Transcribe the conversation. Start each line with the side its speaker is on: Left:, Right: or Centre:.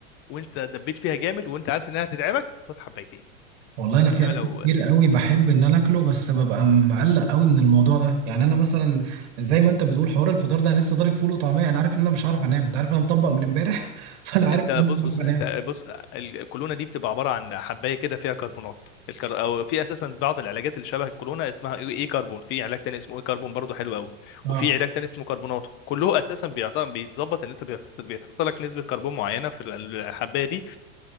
Left: وانت دبيت فيها جامد وانت عارف انها هتتعبك خد حبايتين
Right: والله انا في
Left: انما
Right: اكل
Left: لو
Right: كتير قوي بحب ان انا اكله بس ببقى مقلق قوي من الموضوع ده يعني انا مثلا زي ما انت بتقول حوار الفطار ده انا لسه ضارب فول وطعميه انا عارف ان انا مش عارف انام انت عارف ان انا مطبق من امبارح <laughs> فانا عارف
Left: انت
Right: ان انا
Left: بص
Right: مش عارف
Left: بص
Right: انام
Left: انت بص الكولونه دي بتبقى عباره عن حبايه كده فيها كربونات الكر... او في اساسا بعض العلاجات اللي شبه الكولونه اسمها اي إي كربون في علاج تاني اسمه اي كربون برضه حلو قوي
Right: اه
Left: وفي علاج تاني اسمه كربوناتو كله اساسا بيعط- بيتظبط ان انت بيحط... بيتحط لك نسبه كربون معينه في الحبايه دي